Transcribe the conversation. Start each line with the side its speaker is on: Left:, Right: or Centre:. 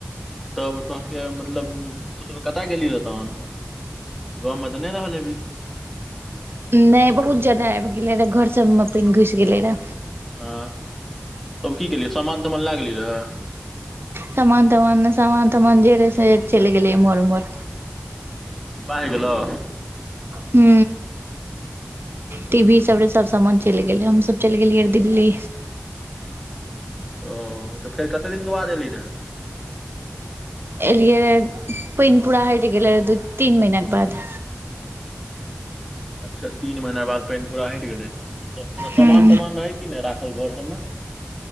Centre: तब तोहाँके मतलब तु सब कतय गेली रही तोन गाँवमे तऽ नहि रहल हेभी
Right: नहि बहुत ज्यादा आबि गेले रहै घर सब में पानि घुसि गेल रहे
Centre: हँ तब की केलियै सामान तामान लेगली रहे
Right: सामान तामान ने समान तमान जे रहे से चलि गेलयै एमहर ऊमहर
Centre: बाइह गेलौ
Right: हू टी वी सब रे सभ सामान चलि गेलै हमसभ चलि गेलियै रहे दिल्ली
Centre: ओ तऽ फेर कते दिनके बाद एयली रहऽ
Right: एलियै पानि पूरा हटि गेल रहऽ दू तीन महिनाके बाद
Centre: <inaudible> अच्छा तीन महिना बाद पानि पूरा हटि गेले रहे म सामान
Right: हूँ
Centre: तामान रहे की नहि राखल घर सभमें